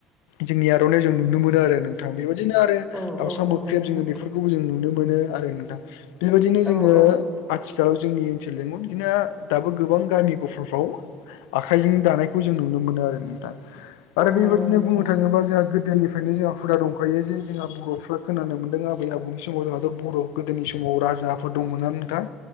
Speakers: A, on the left; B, in the centre.
A: जोंनि आर'नायाव जों नुनो मोनो आरो नोंथां बेबायदिनो आरो
B: औ
A: दाउसा
B: औ नंगौ
A: मोख्रेब
B: नोंथां
A: जोङो
B: नंगौ
A: बेफोरखौ खौ जों नुनो मोनो आरो नोंथां बेबायदिनो जोङो
B: औ औ
A: आथिखालाव जोंनि ओनसोलजों बिदिनो दाबो गोबां गामि गफाफ्राव आखाइजों दानायखौ जों नुनो मोनो आरो नोंथाङा आरो
B: औ
A: बेबायदिनो
B: नंगौ नोंथां
A: बुङो बा जोंहा गोदोनिफ्रायनो जोंहा हुदा दंखायो जे जोंहा बर'फ्रा खोनानो मोनदों आबै आबौनि समाव जों बर' गोदोनि समाव राजाफोर दंमोन नोंथां